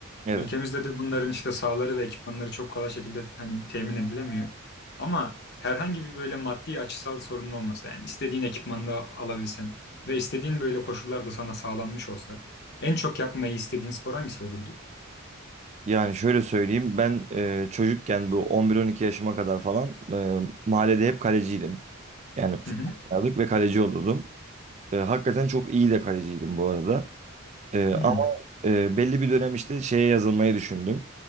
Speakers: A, on the right; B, on the left.
A: Evet.
B: Ülkemizde de bunların işte sahaları ve ekipmanları çok kolay şekilde hani temin edilemiyor. Ama herhangi bir böyle maddi açısal sorun olmasa yani istediğin ekipmanda alabilsen ve istediğin böyle koşullar da sana sağlanmış olsa en çok yapmayı istediğin spor hangisi olurdu?
A: Yani şöyle söyleyeyim ben e, çocukken bu 11-12 yaşıma kadar falan e, mahallede hep kaleciydim. Yani futbol
B: Hı hı.
A: oynardık ve kaleci olurdum. E, hakikaten çok iyi de kaleciydim bu arada. E, ama
B: Hmm.
A: e, belli bir dönem işte şeye yazılmayı düşündüm.